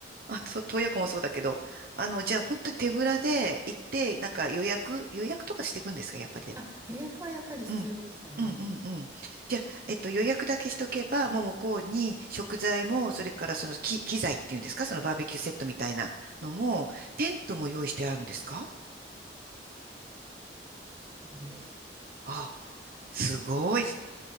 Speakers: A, on the right; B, on the right.
A: あ、と洞爺湖もそうだけど、あの、じゃあ本当に手ぶらで行って、なんか予約、予約とかしていくんですか、やっぱりでも。
B: あ、予約はやっぱり必要でしたね。
A: うん。うんうんうん。じゃあ、えっと、予約だけしとけば、もう向こうに食材も、それからその機、機材っていうんですか、そのバーベキューセットみたいなのも、テントも用意してあるんですか
B: 感じです。
A: あ、すごい。